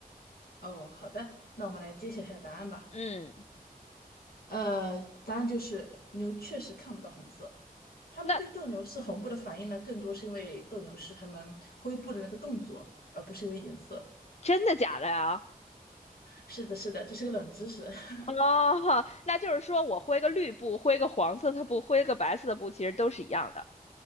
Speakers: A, on the left; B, on the left.
A: 哦，好的，那我们来揭晓一下答案吧。
B: 嗯，
A: 呃，答案就是牛确实看不到红色。他们对斗牛士红布的反应呢，
B: 那
A: 更多是因为斗牛士他们挥布的那个动作，而不是因为颜色。
B: 真的假的呀？
A: 是的，是的，这是个冷知识。<laughs>
B: 哦，那就是说我挥个绿布，挥个黄色的布，挥个白色的布，其实都是一样的。